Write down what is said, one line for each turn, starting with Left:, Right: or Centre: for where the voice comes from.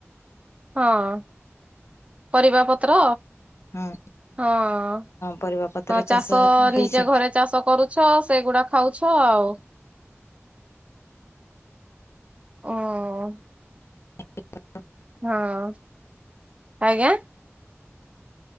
Right: ହଁ ପରିବା ପତ୍ର।
Left: ହଁ
Right: ହଁ
Left: ପରିବା ପତ୍ର
Right: ଚାଷ
Left: ହେଇଛି।
Right: ନିଜେ ଘରେ ଚାଷ କରୁଛ ସେଗୁଡା ଖାଉଛ ଆଉ। ଉଁ।
Left: <inaudible>
Right: ହଁ ଆଜ୍ଞା।